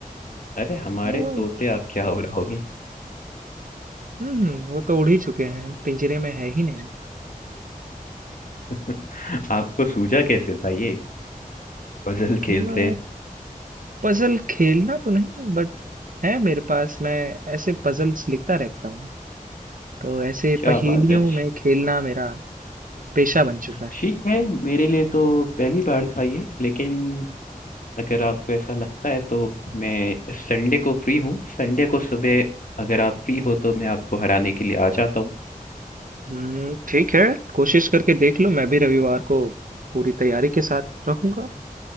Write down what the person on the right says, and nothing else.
तो,
हम्म वो तो उड़ ही चुके हैं पिंजरे में है ही नहीं
ना
पजल खेलना तो नहीं बट है मेरे पास मैं ऐसे पजल्स लिखता रहता हूँ तो ऐसे
पहेलियों
में खेलना मेरा पेशा बन चुका है
हम्म, ठीक है कोशिश करके देख लो मैं भी रविवार को पूरी तैयारी के साथ रहूंगा